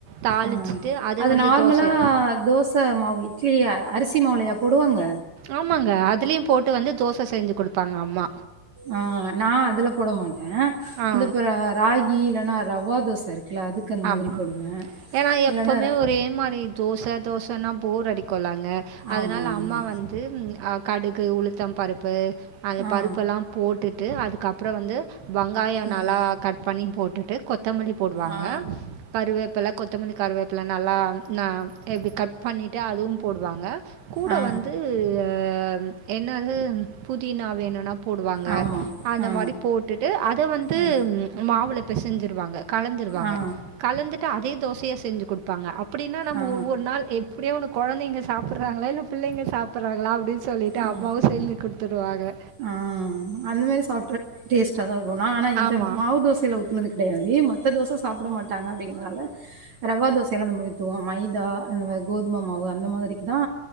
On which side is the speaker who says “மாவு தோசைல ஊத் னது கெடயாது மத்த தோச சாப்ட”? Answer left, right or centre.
Right